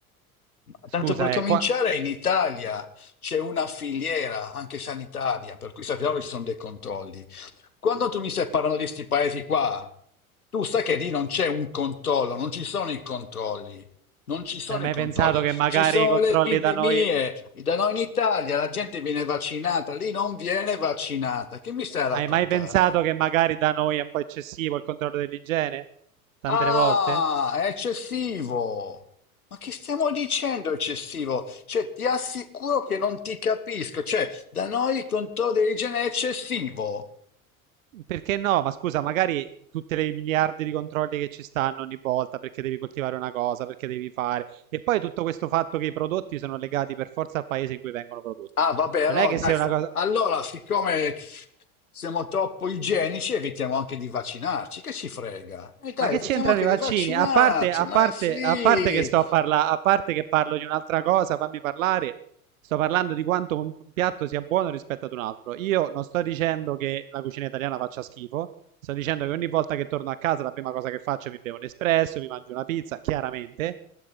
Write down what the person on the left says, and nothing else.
Ma
Tanto per cominciare,
in Italia c'è una filiera anche sanitaria, per cui sappiamo che ci sono dei controlli. Quando tu mi stai parlando di questi paesi qua, tu sai che lì non c'è un controllo, non ci sono i controlli. Non ci sono
i controlli,
ci sono
le epidemie.
Da noi in Italia la gente viene vaccinata, lì non viene vaccinata. Che mi stai a raccontare?
Ah,
è eccessivo. Ma che stiamo dicendo eccessivo? Cioè, ti assicuro che non ti capisco. Cioè, da noi il controllo dell'igiene è eccessivo.
Ah, vabbè, allora,
dai,
fa-
allora, siccome siamo troppo igienici, evitiamo anche di vaccinarci. Che ci frega? E dai,
evitiamo
anche
di vaccinarci,
ma
sì.